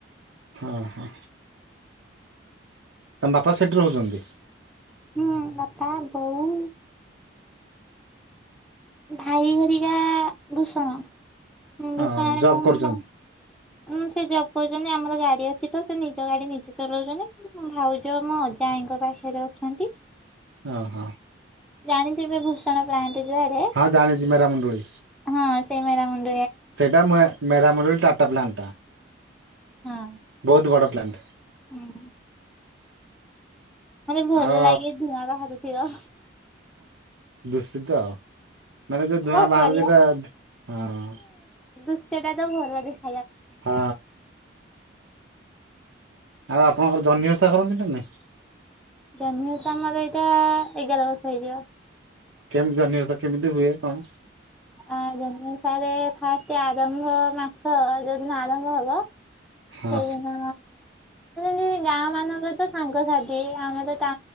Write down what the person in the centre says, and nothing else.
ହୁଁ ବାପା ବୋଉ ଭାଇ ହେରିକା ଭୂଷଣ।
ଭୁଷଣାାରେ
ମୁ
ଉୁଁ ସେ ଜବ କହୁଛନ୍ତି ଆମର ଗାଡି ଅଛି ତ ସେ ନିଜ ଗାଡି ନିଜେ ଚଲାଉଛନ୍ତି ଭାଉଜ ମୁଁ ଅଜା ଆଈ ତାଙ୍କ ପାଖରେ ଅଛନ୍ତି।
ଜାଣିଥିବେ ଭୂଷଣ ପ୍ଲାଣ୍ଟ ଯୁଆଡେ
ହଁ ସେଇ ମେରା ମନ୍ଦିର
ହଁ
ହୁଁ। ମତେ ଭଲ
ଲାଗେ ଧୂଆଁ ବାହାରୁଥିବ।
କଣ
କରିବା
ଦୃଶ୍ୟଟା ତ ଭଲ ଦେଖ
ଜହ୍ନି ଓଷା ଆମର ଏଇଟା ଏଗାର ବର୍ଷ ହେଇଯିବ।
ହଁ ଜହ୍ନିଓଷା ରେ ଫାଷ୍ଟ ଆରମ୍ଭ ମାସ ଯୋଉଦିନ ଆରମ୍ଭ ହବ
ସେଇଦିନ ସେ ଗାଁ ମାନଙ୍କର ତ ସାଙ୍ଗସାଥି ସେ ଆମେ ତ ତା